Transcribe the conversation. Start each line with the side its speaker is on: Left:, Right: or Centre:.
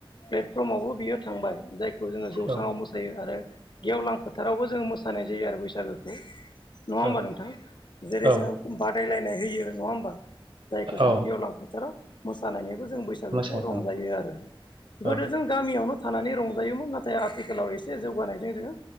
Left: प्लेटफ्रमावबो बियो थांबाय जायखौ खौ जोङो जौस्रांआव
Right: औ
Left: मोसायो आरो गेवलां फोथारावबो जोङो मोसानाय जायो आरो बैसागोखौ। नङा होमबा
Right: औ
Left: नोंथां? जेरै
Right: औ
Left: जोङो बादायलायनाय होयो नङा होमबा जायखौ जोङो
Right: औ
Left: गेवलां बोथोराव मोसानायनिबो जों बैसागोखौ
Right: मोसानो
Left: रंजायो आरो गोदो
Right: औ
Left: जों गामियावनो थानानै रंजायोमोन नाथाय आथिखालाव एसे जौगानायजों जोङो